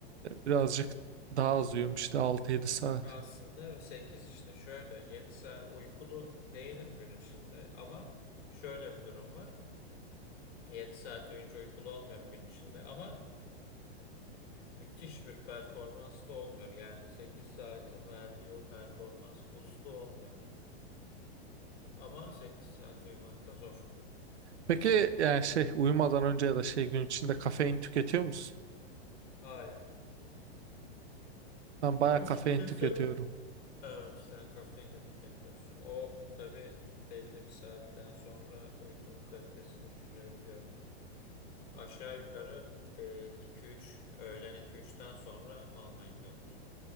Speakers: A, on the right (about 85°); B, on the left (about 60°).
A: e, birazcık daha az uyuyorum işte 6 yedi saat.
B: Aslında 8 işte şöyle 7 saat uykulu değilim gün içinde ama şöyle bir durum var. yedi saat oyuncu uykulu olmuyorum gün içinde ama müthiş bir performans da olmuyor. Yani 8 saatin verdiği o performans boost'u olmuyor. Ama 8 saat uyumak da zor.
A: Peki
B: Kolay
A: yani
B: değil.
A: şey uyumadan önce ya da şey gün içinde kafein tüketiyor musun?
B: Hayır.
A: Ben bayağı
B: Açıkçası
A: kafein tüketiyorum.
B: evet sen kafein de tüketiyorsun. O tabii belli bir saatten sonra uykunun kalitesini düşürebiliyor. Aşağı yukarı e, 2-3 öğlen iki üçten sonra almayın diyorlar.